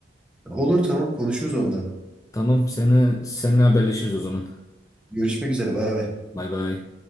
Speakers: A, in the centre; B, on the left (about 20°).
A: olur tamam konuşuruz onda.
B: Tamam, seni seninle haberleşiriz o zaman.
A: Görüşmek üzere bay bay.
B: Bay bay.